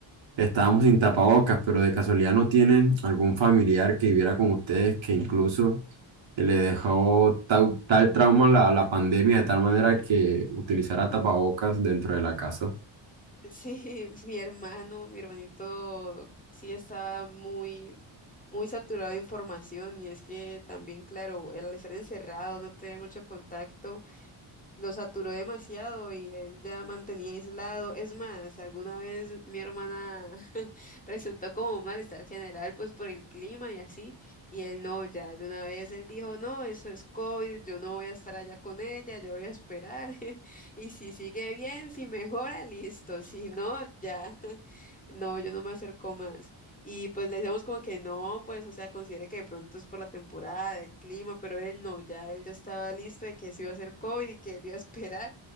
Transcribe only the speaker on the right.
estábamos sin tapabocas, pero de casualidad no tienen algún familiar que viviera con ustedes que incluso le dejó tau- tal, trauma la, la pandemia de tal manera que utilizara tapabocas dentro de la casa.